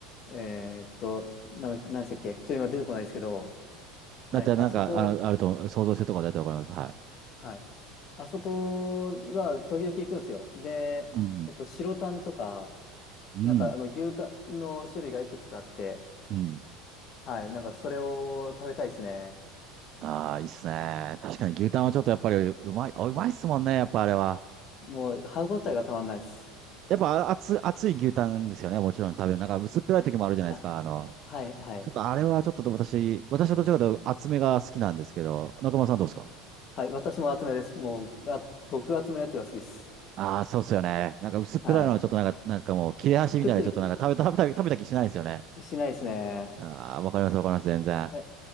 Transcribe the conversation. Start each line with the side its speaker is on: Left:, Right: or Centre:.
Left: えっと、なんだ、何でしたっけ、ちょっと今出てこないですけど、はい、
Right: だって、なんか、
Left: あそこ、
Right: あの、あると、想像してるとこだってわかります。はい。
Left: はい、あそこは時々行くんですよ。で、
Right: うん。
Left: えっと、白タンとか、
Right: うん。
Left: なんかあの牛タンの種類がいくつかあって、
Right: うん。
Left: はい、なんかそれを食べたいですね。
Right: ああ、いいっすね。確かに牛タンはちょっとやっぱりうまい、あうまいっすもんね、やっぱあれは。
Left: もう歯タえがたまんないっす。
Right: やっぱあ熱、熱い牛タンですよね、もちろん食べる。なんか薄っぺらい時もあるじゃないですか。
Left: は、
Right: あの、
Left: はい、はい。
Right: ちょっとあれはちょっと私、私はどちらかというと厚めが好きなんですけど、中村さんどうですか
Left: はい、私も厚めです。もう、あ、極厚のやつが好きです。
Right: ああ、そうっすよね。なんか薄っぺらいのはちょっとなんか、
Left: はい。
Right: なんかもう切れ端みたいでちょっとなんか食べた、
Left: 食ってる
Right: 食べた、食べた気しないですよね。
Left: 気しないですね。
Right: ああ、わかりますわかります、全然。
Left: え、